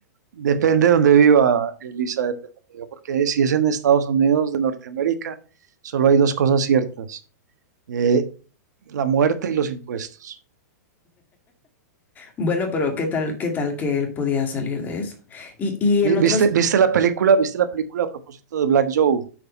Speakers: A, on the right; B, on the left.
A: Depende de donde viva, Elisa, depende donde viva, porque si es en Estados Unidos de Norteamérica, solo hay dos cosas ciertas, eh, la muerte y los impuestos.
B: bueno, pero qué tal, qué tal que él podía salir de eso. Y, y
A: Vi-
B: en otros,
A: ¿Viste, ¿Viste la película? ¿Viste la película a propósito de Black Joe